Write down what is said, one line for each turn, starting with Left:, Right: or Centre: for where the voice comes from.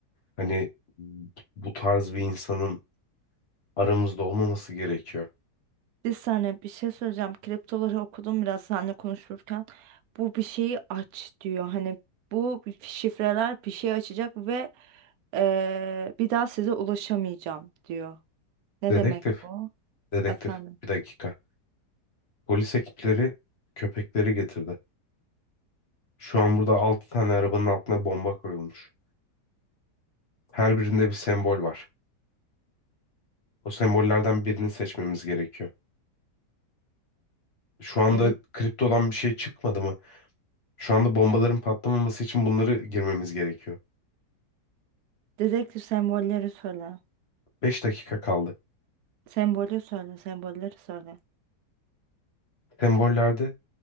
Left: Hani bu tarz bir insanın aramızda olmaması gerekiyor.
Right: Bir saniye bir şey söyleyeceğim. Kriptoları okudum biraz seninle konuşurken. Bu bir şeyi aç diyor. Hani bu şifreler bir şey açacak ve eee, bir daha size ulaşamayacağım diyor. Ne
Left: Dedektif,
Right: demek bu?
Left: dedektif.
Right: Efendim.
Left: Bir dakika. Polis ekipleri köpekleri getirdi. Şu an burada 6 tane arabanın altına bomba koyulmuş. Her birinde bir sembol var. O sembollerden birini seçmemiz gerekiyor. Şu anda
Right: Dedek
Left: kriptodan bir şey çıkmadı mı? Şu anda bombaların patlamaması için bunları girmemiz gerekiyor.
Right: dedektif sembolleri söyle.
Left: 5 dakika kaldı.
Right: Sembolü söyle, sembolleri söyle.
Left: Sembollerde